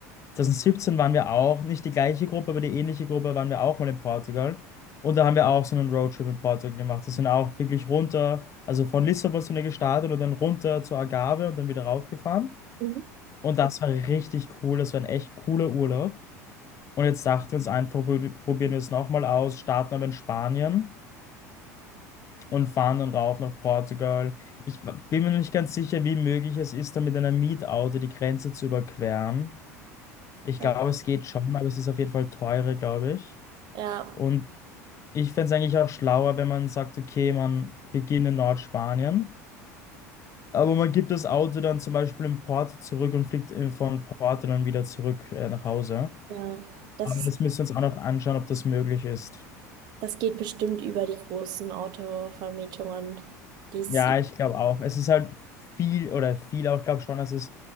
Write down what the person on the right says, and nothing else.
Mhm.
Äh,
Ja,
ja, das,
das geht bestimmt über die großen Autovermietungen. Dies,